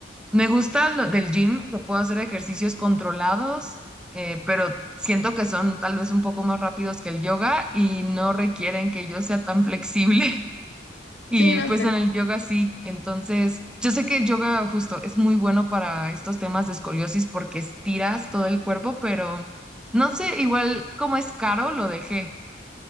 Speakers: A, in the centre; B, on the left.
A: me gusta lo del gym, que puedo hacer ejercicios controlados eh, pero siento que son tal vez un poco más rápidos que el yoga y no requieren que yo sea tan flexible. <laughs> Y
B: Sí, no,
A: pues
B: te,
A: en el yoga sí. Entonces, yo sé que el yoga justo es muy bueno para estos temas de escoliosis porque estiras todo el cuerpo, pero no sé, igual como es caro, lo dejé.